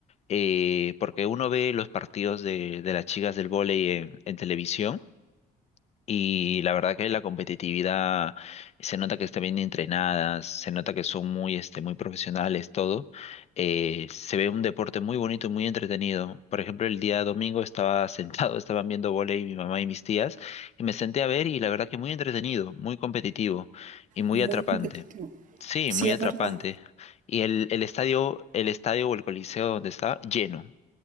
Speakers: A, on the left; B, on the right.
A: eh, porque uno ve los partidos de, de las chicas del vóley en, en televisión y la verdad que la competitividad se nota que están bien entrenadas, se nota que son muy, este, muy profesionales, todo. Eh, se ve un deporte muy bonito y muy entretenido. Por ejemplo, el día domingo estaba sentado, <laughs> estaban viendo vóley mi mamá y mis tías, y me senté a ver y la verdad que muy entretenido, muy competitivo y muy
B: muy
A: atrapante.
B: competitivo.
A: Sí,
B: Sí,
A: muy
B: es
A: atrapante.
B: verdad,
A: Y el, el estadio, el estadio o el coliseo donde estaba, lleno,